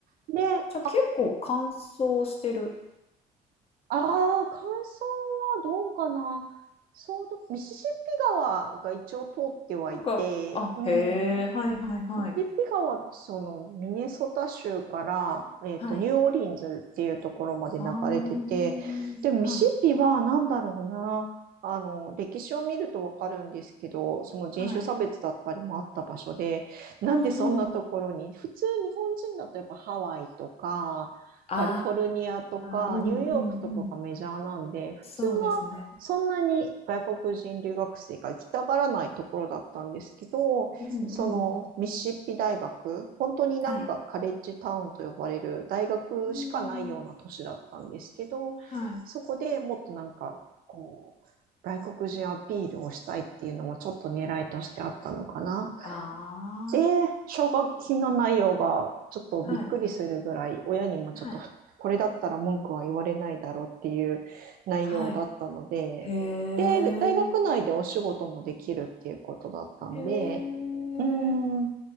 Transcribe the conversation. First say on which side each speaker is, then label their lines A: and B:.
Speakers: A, on the right; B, on the left.
A: で、
B: じゃ、結構乾燥してる。
A: ああ、乾燥はどうかな。そうだ、ミシシッピ川が一応通ってはいて、
B: なんかあ、
A: うん、
B: へえ、はいはいはい。
A: ピッピ川はそのミネソタ州から、えっと、
B: はい。
A: ニューオーリンズっていうところまで流れてて、
B: ああ、ん。
A: でもミシッピはなんだろうな、
B: はい
A: あの、歴史を見るとわかるんですけど、その人種差別だったりもあった場所で、
B: はい。
A: なんでそんなところに、
B: うんうん。
A: 普通日本人だとやっぱハワイとか、
B: あ
A: カリフォルニアとか、
B: あ、うんうんうん。
A: ニューヨークとかがメジャーなんで、普通はそんなに外国人留学生が行きたがらないところだったんですけど、
B: そうですね。うんうんうん。
A: そのミシシッピ大学、本当になんかカレッジタウンと呼ばれる大学しかないような都市だったんですけど、
B: はい。うーん。はい。
A: そこでもっとなんかこう、外国人アピールをしたいっていうのもちょっと狙いとしてあったのかな。
B: あ
A: で、奨学金の内容がちょっとびっくりするぐらい、
B: あ、はい、
A: 親にもちょっとこれだったら文句は言われないだろうっていう内容だったので、
B: はい、はい。へえ。
A: で、大学内でお仕事もできるっていうことだったんで、
B: へえ。
A: うーん、